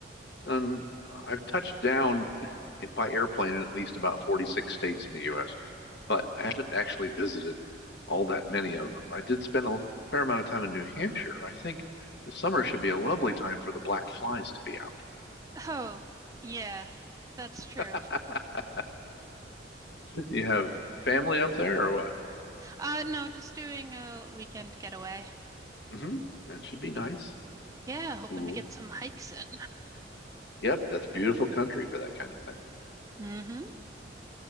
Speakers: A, on the left; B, on the right.
A: done? I've touched down <laughs> by airplane in at least about 46 states in the U.S., but I haven't actually visited all that many of them. I did spend a l- fair amount of time in New Hampshire. I think the summer should be a lovely time for the black flies to be out.
B: Oh, yeah, that's true.
A: <laughs> You have family up there or what?
B: Uh, no, just doing a weekend getaway.
A: hmm That should be nice.
B: Yeah, hoping
A: Cool.
B: to get some hikes in.
A: Yep, that's a beautiful country for that kind of thing.
B: Mm-hmm.